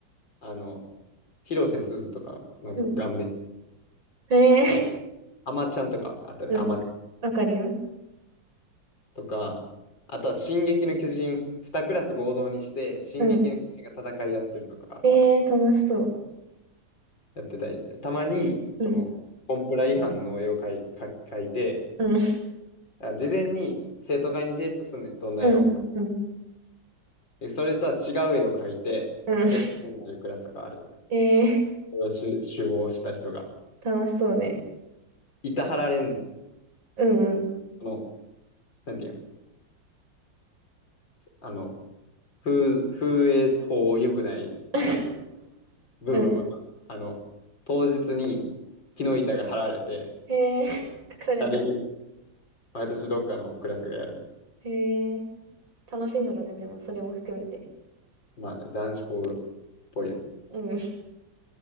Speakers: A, on the left; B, on the right.
A: あの、広瀬すずとかの顔面、
B: うん。へえ。
A: あまちゃんとかあったで、
B: うん。
A: あま
B: わかるよ。
A: とか、あとは「進撃の巨人」2クラス合同にして「進撃の巨人」が戦いやってるとか
B: うんええー、楽しそう。
A: やってたり、たまにそのコンプラ違反の絵を描い、
B: うん。
A: 描描いて、
B: うん。
A: あ事前に生徒会に提出すんねん、どんな絵を。
B: うん。うん。
A: でそれとは違う絵を描いて、
B: うん。
A: で、こうなるクラスとかある。
B: ええ
A: それをし首謀した人が
B: ー、楽しそうね。
A: いたはられんねん。
B: うんうん。
A: この、なんていうの、あの、風、風営法良くない
B: <laughs>
A: 部分は、
B: うん。
A: あの、当日に木の板が張られて、
B: へえ、隠されるんだ。
A: あれで、毎年どっかのクラスがやる。
B: へえ、楽しいんだろうね、でも、それも含めて。
A: まあね、男子校っぽいよね。
B: うん。